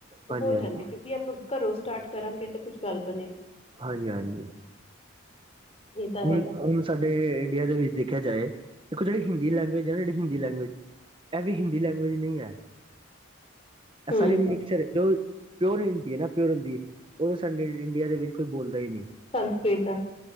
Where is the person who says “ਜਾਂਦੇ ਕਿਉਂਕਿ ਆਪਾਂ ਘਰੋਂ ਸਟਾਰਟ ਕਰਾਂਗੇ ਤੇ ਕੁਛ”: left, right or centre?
Left